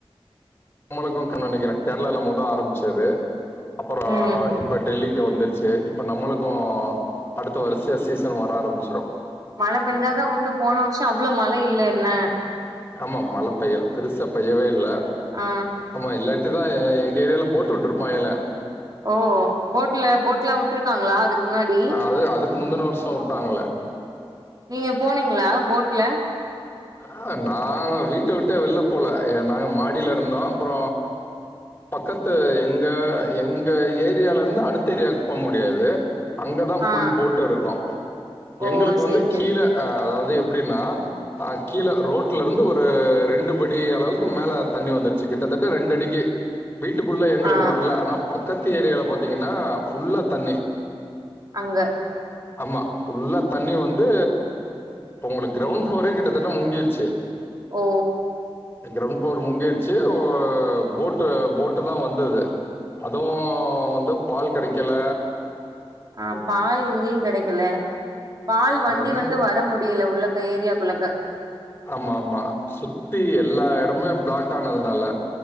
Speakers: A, on the left (about 20°); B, on the right (about 40°).
A: நம்மளுக்கு <unintelligible> நெனைக்கிறே கேர்ளால மொத ஆரம்பிச்சது அப்புற
B: ம்
A: இப்ப டெல்லிக்கு வந்துருச்சு இப்ப நம்மளுக்கு அடுத்த வருசயா சீசன் வர ஆரம்பிச்சிரு
B: மழ பேஞ்சாதா உண்டு போன வருஷ அவ்ளோ மழ இல்ல என்ன
A: ஆமா மழ பெய்யல பெருசா பெய்யவே இல்ல
B: ஆ
A: ஆமா இல்லாட்டிதா எங்க ஏரியால போட்டு விட்டுருப்பாங்கலே
B: ஓ போட்ல போட்லா விட்ருக்காங்களா இதுக்கு முன்னாடி
A: அது அதுக்கு முந்தின வருஷம் விட்டாங்கல்ல.
B: நீங்க போனீங்களா போட்ல
A: ஆ நா வீட்ட விட்டே வெளில போல நாங்க மாடியில இருந்தோ அப்புற பக்கத்து எங்க எங்க ஏரியால இருந்து அடுத்த ஏரியாக்கு போக முடியாது அங்க தா ஃபுல்
B: ஆ
A: போட்டு இருக்கு
B: ஓ
A: எங்களுக்கு
B: சேரி
A: வந்து
B: சேரி
A: கீழ அதாவது எப்டின்னா ஆ கீழ ரோட்ல இருந்து ஒரு ரெண்டு படி அளவுக்கு மேல தண்ணி வந்துருச்சு கிட்டத்தட்ட ரெண்டு அடிக்கு வீட்டுக்குள்ள எங்களுக்கு
B: ஆ
A: வர்ல ஆனா பக்கத்து ஏரியால பாத்தீங்கன்னா ஃபுல்லா தண்ணி
B: அங்க
A: ஆமா ஃபுல்லா தண்ணி வந்து உங்களுக்கு கிரவுண்ட் ஃப்ளோரே கிட்ட தட்ட முங்கிச்சு
B: ஓ
A: க்ரௌண்ட் ஃப்ளோர் முங்கிச்சு போட்டு போட்டு தா வந்தது அதுவு வந்து பால் கெடைக்கல
B: ஆ பால் இங்கயு கெடைக்கல பால் வண்டி
A: ரொம்ப
B: வந்து வர முடியல உள்ளக்க ஏரியாக்குள்ளக்க
A: ஆமா ஆமா சுத்தி எல்லா எடமே பிளாக் ஆனதுனால